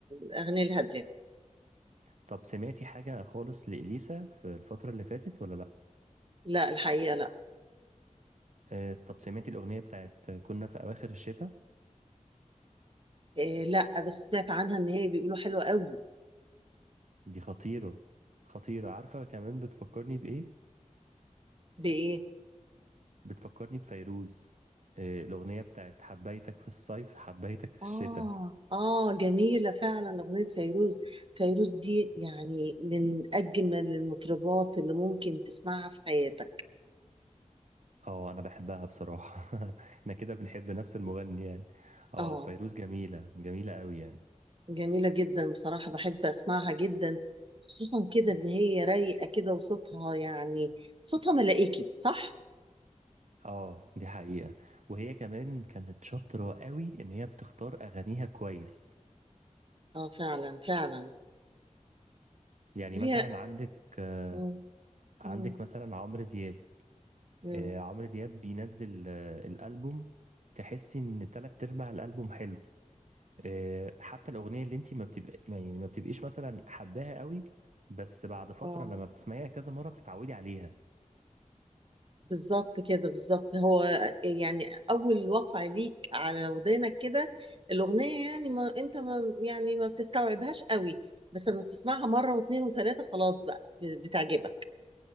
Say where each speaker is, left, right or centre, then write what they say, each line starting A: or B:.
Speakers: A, on the right (about 40°); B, on the right (about 65°).
A: الاغنية الهادية
B: طب سمعتي حاجه خالص لإليسا في الفتره اللي فاتت ولا لا
A: لا الحقيقة لا
B: آه، طب سمعتي الاغنيه بتاعت كنا في اواخر الشتاء
A: إيه لا بس سمعت عنها ان هي بيقولوا حلوة قوي
B: دي خطيره خطيره عارفه كمان بتفكرني بايه
A: بايه
B: بتفكرني بفيروز آه، الأغنية بتاعت حبيتك في الصيف حبيتك في
A: آه
B: الشتاء
A: آه جميلة فعلا أغنية فيروز فيروز دي يعني من أجمل المطربات اللي ممكن تسمعها في حياتك
B: اه أنا بحبها بصراحة <laughs> احنا كده بنحب نفس المغني يعني اه
A: آه
B: فيروز جميلة جميلة قوي يعني
A: جميلة جدا بصراحة بحب أسمعها جدا خصوصا كده إن هي رايقة كده وصوتها يعني صوتها ملائكي صح؟
B: اه دي حقيقة وهي كمان كانت شاطرة قوي إن هي بتختار أغانيها كويس
A: آه فعلا فعلا
B: يعني
A: ليها
B: مثلا عندك آه،
A: مم،
B: عندك
A: مم،
B: مثلا عمرو دياب
A: مم،
B: آه، عمرو دياب بينزل آه، الألبوم تحسي إن تلات أرباع الألبوم حلو آه، حتى الاغنيه اللي انت ما بتبقى ما- يعني ما بتبقيش مثلا حباها قوي بس بعد فتره
A: آه
B: لما بتسمعيها كذا مره بتتعودي عليها
A: بالظبط كده بالظبط هو يعني اول وقع ليك على ودانك كده الاغنيه يعني ما انت ما يعني ما بتستوعبهاش قوي بس لما بتسمعها مره واثنين وثلاثه خلاص بقى بتعجبك